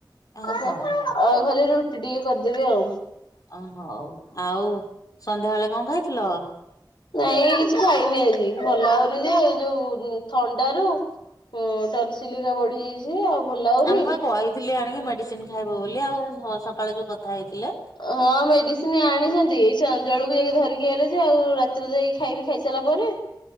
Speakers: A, on the left; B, on the left.
A: ଅ
B: ଆ
A: ହଉ ହଉ
B: ଆଉ ଖାଲି ରୁଟି ଟିକେ କରିଦେବି ଆଉ।
A: ଓହୋ ହଉ। ଆଉ ସନ୍ଧ୍ୟାବେଳେ କଣ ଖାଇଥିଲ?
B: ନାଇଁ କିଛି ଖାଇନି ଆଜି। ଭଲ ଲାଗୁନି ଯେ ଏ ଯୋଉ ଥଣ୍ଡାରୁ ହୁଁ ଟନସିଲ ହେଇକା ବଢି ଯାଇଛି ଆଉ ଭଲ ଲାଗୁନି।
A: ଆମେ ପା କହିଥିଲି ଆଣିକି ମେଡିସିନ ଖାଇବ ବୋଲି ଆଉ ସକାଳେ ଯୋଉ କଥା ହେଇଥିଲେ।
B: ହଁ ମେଡିସିନ ଆଣିଛନ୍ତି, ସଂଜବେଳକୁ ଯାଇକି ଧରିକି ଆଇଲେ ଯେ ଆଉ ରାତିରେ ଯାଇ ଖାଇବି ଖାଇସାରିଲା ପରେ